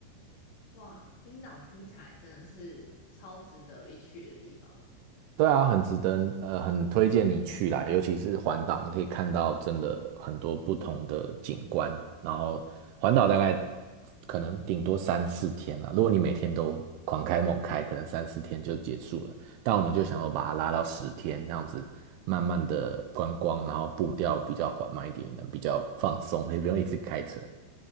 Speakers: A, on the left; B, on the right.
A: 哇，冰岛听起来真的是超值得一去的地方。
B: 对啊，很值得，呃，很推荐你去啦，尤其是环岛，你可以看到真的很多不同的景观。然后环岛大概可能顶多三四天啦，如果你每天都狂开猛开，可能三四天就结束了。但我们就想要把它拉到十天，这样子慢慢的观光，然后步调比较缓慢一点，能比较放松，也不用一直开车。